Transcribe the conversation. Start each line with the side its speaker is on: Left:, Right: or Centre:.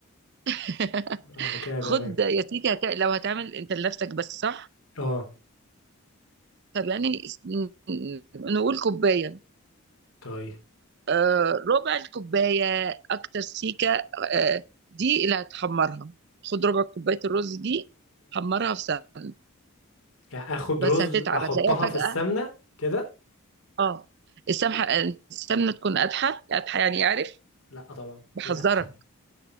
Right: <laughs>
Left: آه، كده تمام
Right: خد يا سيدي هت... لو هتعمل انت لنفسك بس صح
Left: اه
Right: طب يعني س- نقول كوباية
Left: طيب
Right: آه، ربع الكوباية أكتر سيكة آه، دي اللي هتحمرها خد ربع كوباية الرز دي حمرها في سمنة
Left: يعني اخد
Right: بس
Left: رز
Right: هتتعب
Left: احطها
Right: هتلاقيها فجأة
Left: في السمنة كده
Right: اه السمنة السمنة تكون قادحة قادحة يعني عارف
Left: لا طبعا
Right: بحذرك
Left: دي اتحة دي